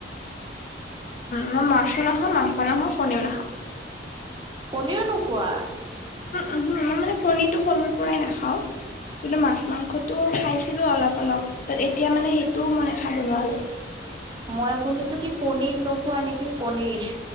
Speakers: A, on the left; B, on the right.
A: মই মাছো নেখাওঁ, মাংখ নেখাওঁ, পনি নেখাওঁ।
B: পনীৰ নোখোৱা।
A: ওহু মই মানে কণীটো সৰুৰ পৰাই নাখাওঁ। কিন্তু মাছ মাংসটো খাইছিলো অলপ অলপ তাত এতিয়া মানে সেইটোও মনে খাব নোৱাৰো।
B: মই শুনিছো কি পনীৰ নোখোৱা নেকি পনীৰ